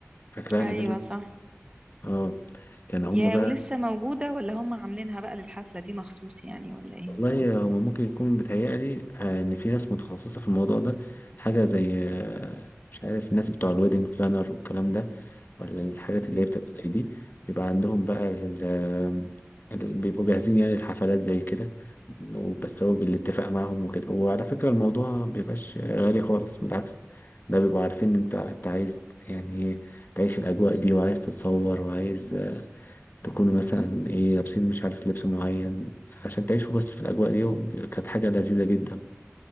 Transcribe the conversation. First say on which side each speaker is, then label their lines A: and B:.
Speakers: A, on the left; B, on the right.
A: فاكرها
B: أيوة
A: الإزازة
B: صح
A: اه كان هم
B: يا
A: بقى
B: ولسه موجودة ولا هم عاملينها بقى للحفلة دي مخصوص يعني ولا ايه
A: والله هم ممكن يكون بيتهيألي آه، ان في ناس متخصصه في الموضوع ده حاجه زي آه، مش عارف الناس بتوع الويدنج بلانر والكلام ده ولا الحاجات
B: مم.
A: اللي هي بتبقى زي دي بيبقى عندهم بقى ال- آه، ال- بيبقوا جاهزين يعني الحفلات زي كده بس هو بالاتفاق معاهم وكده وعلى فكره الموضوع ما بيبقاش غالي خالص بالعكس ده بيبقوا عارفين ان انت انت عايز يعني إيه، تعيش الاجواء دي وعايز تتصور وعايز تكونوا مثلا ايه لابسين مش عارف لبس معين عشان تعيشوا بس في الأجواء دي وب- كانت حاجة لذيذة جدا